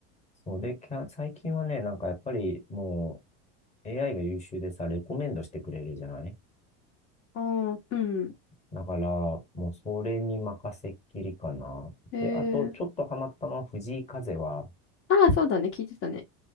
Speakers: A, on the left; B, on the left.
A: そうで、きゃ最近はね、なんかやっぱりもう AI が優秀でさ、レコメンドしてくれるじゃない
B: あー、うん。
A: だから、もうそれに任せっきりかな。
B: へえ。
A: で、あと、ちょっとハマったのは藤井風は、
B: あ、そうだね。聞いてたね。